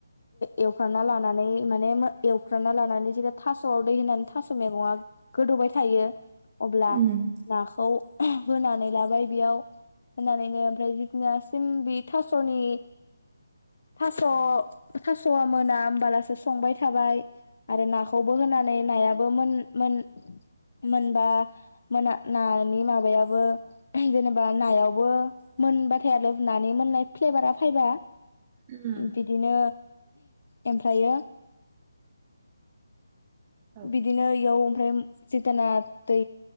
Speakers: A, on the left; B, on the right.
A: एवफ्रानना लानानै माने एवफ्रानना लानानै जे थास'आव दै होनानै थास' मैगङा गोदौबाय थायो अब्ला
B: उम
A: नाखौ होनानै लाबाय बेयाव होनानैनो ओमफ्राय जिदिना सिम बि थास'नि थास' थास'आ मोना होमबालासो संबाय थाबाय आरो नाखौबो होनानै नायाबो मोन मोन मोनबा मोना नानि माबायाबो जेनेबा नायावबो मोनबाथाय आरो नानि मोननाय फ्लेभारा फाइबा
B: उम
A: बिदिनो ओमफ्रायो
B: औ
A: बिदिनो याव ओमफ्राय जि दिना दै